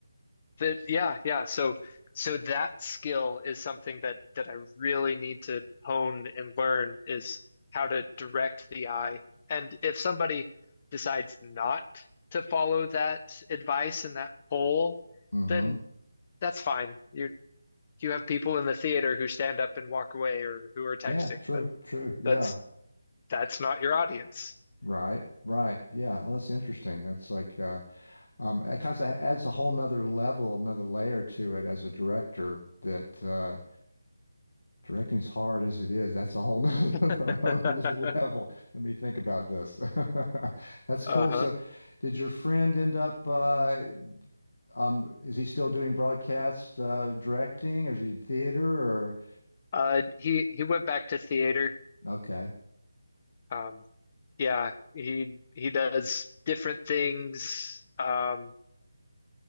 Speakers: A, on the left; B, on the left.
A: that yeah, yeah. So so that skill is something that that I really need to hone and learn is how to direct the eye. And if somebody decides not to follow that advice and that poll,
B: hmm
A: then that's fine. You you have people in the theater who stand up and walk away or who are texting,
B: Yeah, true,
A: but
B: true. Yeah.
A: that's that's not your audience.
B: Right, right. Yeah. Oh, that's interesting. That's like uh um it kind of adds a whole nother level, another layer to it as a director that uh directing's hard as it is. That's a whole <laughs> nother
A: <laughs>
B: level. Let me think about this. <laughs> That's cool.
A: Uh-huh.
B: So did your friend end up uh Um, is he still doing broadcast uh, directing, or is he in theater? Or
A: Uh, he he went back to theater.
B: okay,
A: Um, yeah, he he does different things. Um,